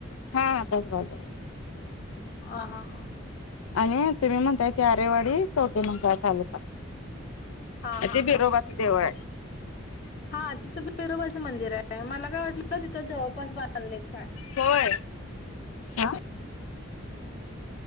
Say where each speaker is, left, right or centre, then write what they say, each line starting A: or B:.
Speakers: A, on the left; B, on the left.
A: हा.. आत्ताच बलवा.
B: हा.. हा.
A: आणि तुम्ही म्हणताय ते आरेवाडी. कवटे मकळा तालुका.
B: हा हा
A: ते बिरोबाचं
B: हा हा
A: देऊळ हाय.
B: हा तिथं बिरोबाच मंदिरये. मला काय वाटल तिथ जवळपास बांधलय काय?
A: होय.. हा.